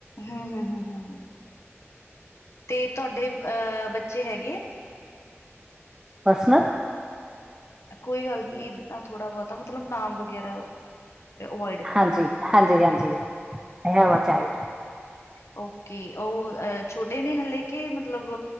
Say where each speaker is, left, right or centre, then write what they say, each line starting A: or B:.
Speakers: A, on the left; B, on the right.
A: ਹੂੰ, ਹੂੰ-ਹੂੰ, ਹੂੰ ਤੇ ਤੁਆਡੇ ਅਹ ਬੱਚੇ ਹੈਗੇ ਆ?
B: ਪਰਸਨਲ?
A: ਕੋਈ ਗੱਲ ਨੀ ਏਦਾਂ ਥੋੜਾ ਬੋਤਾ, ਮਤਲਬ ਨਾਮ ਵਗੈਰਾ। ਅਵੋਇਡ ਕਰ
B: ਹਾਂਜੀ-ਹਾਂਜੀ, ਹਾਂਜੀ ਹੈ ਵਾ ਚਾਈਲਡ।
A: ਓਕੇ, ਔਰ ਛੋਟੇ ਨੇ ਹਲੇੇ ਕਿ ਮਤਲਬ